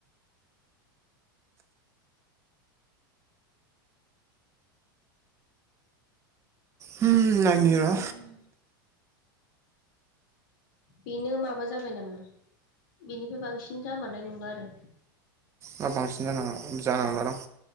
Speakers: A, on the right; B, on the left.
A: होम नायनि
B: उम
A: र'
B: बेनो माबा जाबाय नामा बेनिफ्राय बांसिन जामारनाय नंला आरो।
A: दा बांसिन जानाङा जानायनंला दां